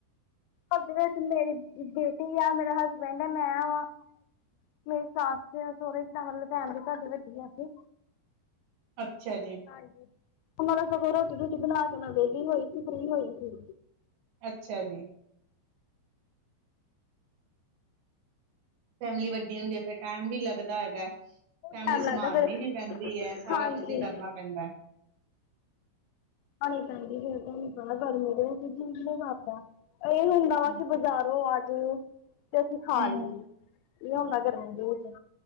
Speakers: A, on the left; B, on the right.
A: ਪਗ ਦੇ ਵਿਚ ਮੇਰੀ ਬੇਟੀ ਆ, ਮੇਰਾ ਹੱਸ ਮਹਿੰਦਾ ਮੈਂ ਆਵਾਂ, ਮੇਰੀ ਸੱਸ-ਸਹੁਰੇ ਤੇ ਜਿਦਾਂ ਮਤਲਬ ਫੈਮਲੀ ਸਾਡੀ ਵੱਡੀ ਆ, ਇੱਥੇ।
B: ਅੱਛਾ ਜੀ।
A: ਹਾਂਜੀ, ਉਹਨਾਂ ਦਾ ਸਗੋਂ ਰੋਟੀ-ਰੂਟੀ ਬਣਾਕੇ ਮੈਂ ਵਿਹਲੀ ਹੋਈ ਸੀ, ਫ਼੍ਰੀ ਹੋਈ ਸੀ।
B: ਅੱਛਾ ਜੀ। ਫੈਮਿਲੀ ਵੱਡੀ ਹੁੰਦੀ ਐ, ਫੇਰ ਟਾਇਮ ਵੀ ਲੱਗਦਾ ਹੈਗਾ। ਫੈਮਿਲੀ
A: ਟਾਈਮ ਲੱਗਦਾ
B: ਸੰਭਾਲਣੀ
A: ਫਿਰ
B: ਵੀ ਪੈਂਦੀ ਐ, ਸਾਰਾ
A: ਹਾਂਜੀ
B: ਖੁੱਦ ਈ ਕਰਨਾ ਪੈਂਦਾ।
A: ਆਣੀ ਪੈਂਦੀ ਫਿਰ ਤੁਹਾਨੂੰ ਗਾਂਹ ਗਰਮੀ ਦੇ ਵਿਚ ਜੀਅ ਨਹੀਂ ਕਰਦਾ। ਇਹ ਹੁੰਦਾ ਵਾ
B: ਹੂੰ
A: ਕੀ ਬਜ਼ਾਰੋਂ ਆਜੋ, ਤੇ ਅਸੀਂ ਖਾ
B: ਹੂੰ
A: ਲਈਏ। ਇਹ ਹੁੰਦਾ ਗਰਮੀਆਂ ਦੇ ਵਿਚ।